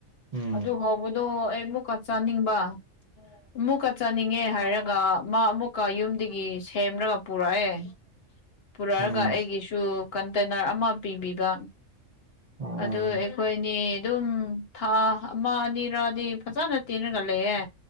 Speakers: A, on the right; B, on the left.
A: ꯎꯝ
B: ꯑꯗꯨ ꯍꯥꯎ ꯕꯗꯣ ꯑꯩ ꯑꯃꯨꯛꯀ ꯆꯥꯅꯤꯡꯕ ꯑꯃꯨꯛꯀ ꯆꯥꯅꯤꯡꯉꯦ ꯍꯥꯏꯔꯒ ꯃꯥ ꯑꯃꯨꯛꯀ ꯌꯨꯝꯗꯒꯤ ꯁꯦꯝꯔꯒ ꯄꯨꯔꯛꯑꯦ ꯄꯨꯔꯛꯑꯒ
A: ꯎꯝ
B: ꯑꯩꯒꯤꯁꯨ ꯀꯟꯇꯦꯅꯔ ꯑꯃ ꯄꯤꯕꯤꯕ
A: ꯎꯝ
B: ꯑꯗꯨ ꯑꯩꯈꯣꯏꯅꯤ ꯑꯗꯨꯝ ꯊꯥ ꯑꯃ ꯑꯅꯤꯔꯥꯗꯤ ꯐꯖꯅ ꯇꯤꯡꯔꯒ ꯂꯩꯌꯦ